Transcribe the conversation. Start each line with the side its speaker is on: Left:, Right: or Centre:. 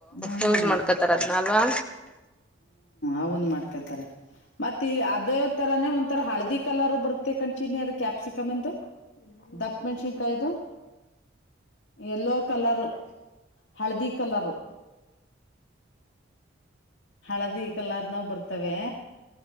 Left: ಹ್ಮ್
Centre: ಯೂಸ್ ಮಾಡ್ಕೊತಾರ ಅದ್ನ ಅಲ್ವಾ
Left: ಅವಂದ ಮಾಡ್ಕೊತಾರೆ ಮತ್ತೆ ಈ ಅದೇ ತರಾನೇ ಒನ್ ತರ ಹಳದಿ ಕಲರ್ ಬರುತ್ತೆ ಕಂಡ್ ಚಿನಿ ಅದ ಕ್ಯಾಪ್ಸಿಕಮಂದು ದಪ್ಪ ಮೆಣಸಿನ್ಕಾಯ್ದ ಎಲ್ಲೋ ಕಲರ್ ಹಳದಿ ಕಲರ್ ಹಳದಿ ಕಲರ್ ನಾವ ಬರ್ತವೆ